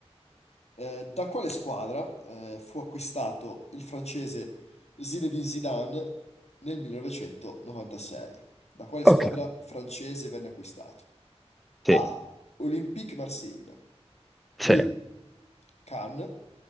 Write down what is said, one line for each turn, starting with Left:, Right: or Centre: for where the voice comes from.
Left: Eh, da quale squadra eh, fu acquistato il francese Zinedine Zidane nel 1996? Da quale
Centre: ok,
Left: squadra francese venne acquistato?
Centre: sì,
Left: A. Olympique Marsiglia B.
Centre: sì,
Left: Cannes